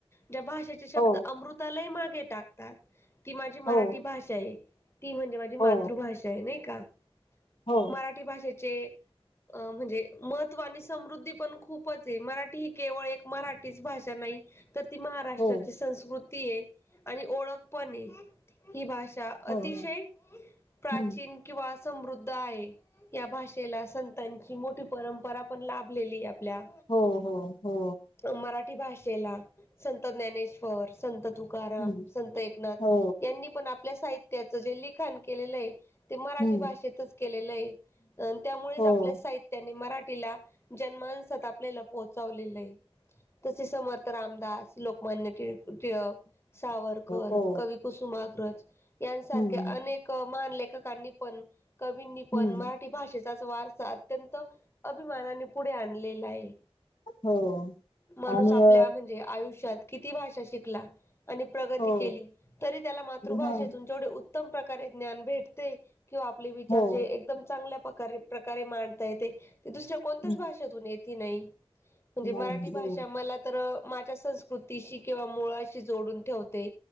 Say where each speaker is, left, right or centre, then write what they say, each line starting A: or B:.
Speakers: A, on the left; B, on the left.
A: ज्या भाषेचे शब्द
B: हो
A: अमृतालाही मागे टाक ''--'' तात ती माझी मराठी
B: हो
A: भाषा आहे. ती म्हणजे माझी
B: हो
A: मातृभाषा आहे नाही का,
B: हो
A: मराठी भाषेचे. अ म्हणजे महत्त्व आणि समृद्धी पण खूपच आहे मराठी ही केवळ एक. मराठीच भाषा नाही. तर ती महाराष्ट्राची
B: हो
A: संस्कृती आहे. आणि ओळख पण आहे ही भाषा. त्या
B: हो
A: अतिशय
B: हो
A: प्राचीन.
B: हम्म
A: किंवा समृद्ध आहे. या भाषेला संतांची मोठी परंपरा पण लाभलेली आहे. पल्या
B: हो हो हो
A: मराठी भाषेला संत ज्ञानेश ''--'' वर, संत तुकाराम,
B: हम्म
A: संत एकनाथ
B: हो
A: यांनी पण आपल्या. साहित्याचं जे लिखण केलेलं आहे ते मराठी
B: हम्म
A: भाषेतच केलेलं आहे अ ''--'' त्यामुळेच
B: हो
A: आपल्या
B: हो
A: साहित्याने मराठीला जन्मानसात आपल्याला पोहोचवलेलं आहे. तसे समर्थ रामदास लोकमान्य टिळ टिळक. सावरकर
B: हो
A: कवी कुसुमाग्रज. यांसारख्या
B: हम्म
A: अनेक महान लेखकांनी पण कवींनी पण
B: हम्म
A: मराठी भाषेच. त्याचा वारसा अत्यंत अभिमानाने पुढे आणलेला आहे.
B: हो
A: माणूस
B: आणि
A: आपल्या
B: अ
A: म्हणजे आयुष्यात. किती भाषा शिकला आणि प्रगती
B: हो
A: केली तरी त्याला मातृ भाषेतून.
B: हो
A: जेवढे उत्तम प्रकारे ज्ञान भेटते किंवा आपले विचार
B: हो
A: जे एकदम चांगल्या प्रकारे. प्रकारे मांडता येत ते दुसऱ्या. कोणत्याच
B: हम्म
A: भाषून येती नाही म्हणजे मराठी
B: नाही
A: भाषा
B: हो
A: मला तर माझ्या संस ''--'' संस्कृतीशी किंवा मुळाशी जोडून ठेवते